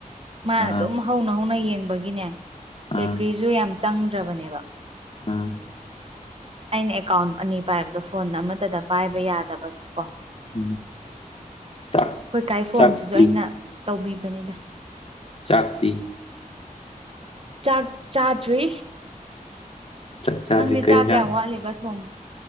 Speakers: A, on the right; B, on the left.
A: ꯃꯥꯅ
B: ꯑꯥ
A: ꯑꯗꯨꯝ ꯍꯧꯅ ꯍꯧꯅ ꯌꯦꯡꯕꯒꯤꯅꯦ ꯕꯦꯇ꯭ꯔꯤꯖꯨ
B: ꯑꯥ
A: ꯌꯥꯝ ꯆꯪꯗ꯭ꯔꯕꯅꯦꯕ
B: ꯎꯝ
A: ꯑꯩꯅ ꯑꯦꯀꯥꯎꯟ ꯑꯅꯤ ꯄꯥꯏꯕꯗꯣ ꯐꯣꯟ ꯑꯃꯠꯇꯗ ꯄꯥꯏꯕ ꯌꯥꯗꯕ ꯀꯣ
B: ꯎꯝ ꯆꯥꯛ
A: ꯈꯣꯏ ꯀꯥꯏ ꯐꯣꯟꯁꯤꯁꯨ
B: ꯆꯥꯛꯇꯤ
A: ꯑꯩꯅ ꯇꯧꯕꯤꯕꯅꯤꯗ
B: ꯆꯥꯛꯇꯤ
A: ꯆꯥꯛ ꯆꯥꯗ꯭ꯔꯤ
B: ꯆꯥꯛ ꯆꯥꯗ꯭ꯔꯤ
A: ꯅꯪꯗꯤ
B: ꯀꯩ
A: ꯆꯥꯛ
B: ꯌꯦꯟꯖꯥꯡ
A: ꯀꯌꯥꯝ ꯋꯥꯠꯂꯤꯕ ꯊꯣꯡ